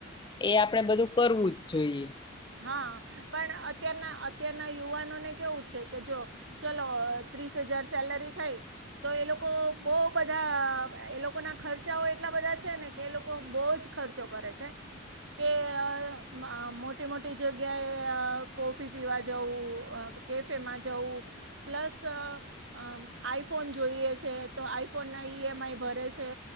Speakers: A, on the left; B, on the right.
A: એ આપણેે બધું કરવું જ જોઈએ.
B: હા, પણ અત્યારના અત્યારના યુવાનોને કેવું છે કે જો ચલો, ત્રીસ હજાર સેલરી થાય તો એ લોકો બહુ બધા એ લોકોના ખર્ચાઓ એટલા બધા છે ને કે એ લોકો બહુ જ ખર્ચો કરે છે કે અ આ મો ટી મોટી જગ્યાએ અ કોફી પીવા જવું, કેફેમાં જવું, પ્લસ અ અમ આઈફોન જોઈએ છે તો આઈફોનના ઈએમઆઈ ભરે છે.